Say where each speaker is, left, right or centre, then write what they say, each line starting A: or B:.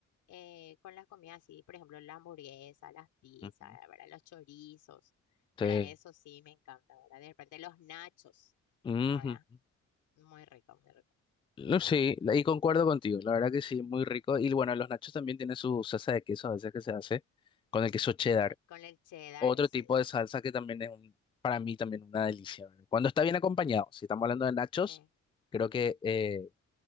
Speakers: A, on the left; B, on the left.
A: eh, con las comidas, sí, por ejemplo, las hamburguesas, las pizzas,
B: y- ujú,
A: ¿verdad? Los chorizos, para
B: sí.
A: eso sí me encanta, ¿verdad? De repente los nachos,
B: ujú.
A: ¿verdad? Muy rico, muy rico.
B: No, Sí, la- y concuerdo contigo, la verdad que sí, muy rico. Y bueno, los nachos también tienen su salsa de queso a veces que se hace con el queso cheddar.
A: Eh, Con el cheddar,
B: Otro
A: sí,
B: tipo de salsa que también es un- para mí también una delicia. ¿verdad? Cuando está bien acompañado, si estamos hablando de nachos,
A: sí,
B: creo que eh,